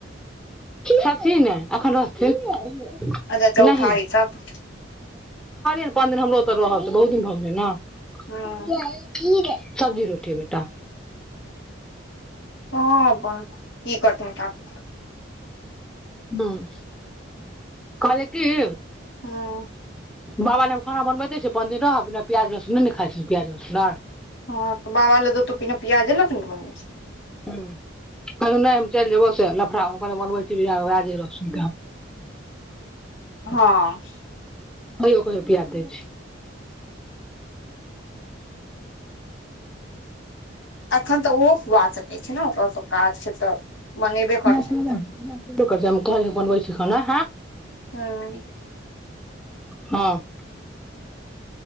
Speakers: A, in the centre; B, on the left.
A: छथिन ने एखन रहथिन
B: अच्छा चौठारी
A: नहि
B: तक
A: ने पाँच दिन हमरो ओ रहल छै बहुत दिन भऽ गेलै
B: ह हँ
A: ने सब्जी रोटी बेटा
B: हँ बन की करत ह क <inaudible>
A: ह कहलिए कि
B: हँ
A: बाबा ल खाना बनबे छै पन्दिन रह बि प्याज रसु नहि ने खाइ छै प्याज रसुन आर
B: हँ तऽ बाबा लए तऽ तू बिना प्याजे लऽ के ने बनबै छी
A: हँ कहल नहि हम चलि जेयबौ से लफड़ा बनबै छीए सु
B: हँ
A: बइ ओक रप याद दै छै <inaudible>
B: अखन तऽ ओहो खुआ सकै छै ने ओकर तऽ काज छै तऽ बनेबे करतै
A: कहलिए बनबय छियै खाना
B: हँ
A: हँ